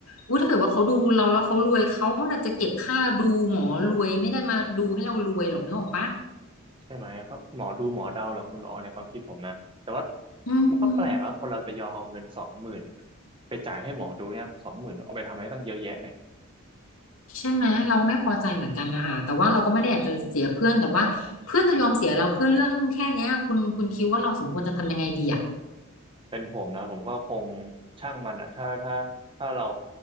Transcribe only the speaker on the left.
อู้ถ้าเกิดว่าเขาดูเราแล้วเขารวยเขาน่ะจะเก็บค่าดูหมอรวยไม่ได้มาดูให้เรารวยหรอกนึกออกปะ
อืม
ใช่ไหมเราไม่พอใจเหมือนกันนะคะแต่ว่าเราก็ไม่ได้อยากจะเสียเพื่อนแต่ว่าเพื่อนจะยอมเสียเราเพื่อเรื่องแค่เนี้ยคุณคุณคิดว่าเราสมควรจะทำยังไงดีอะ